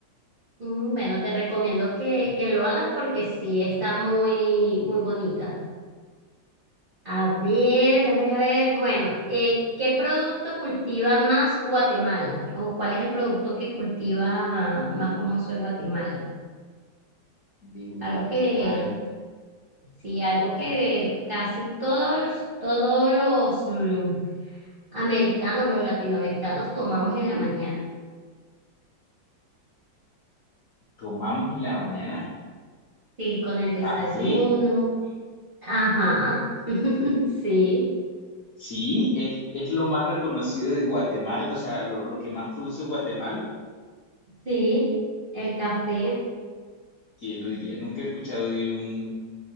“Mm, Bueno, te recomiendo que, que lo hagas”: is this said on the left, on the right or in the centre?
Right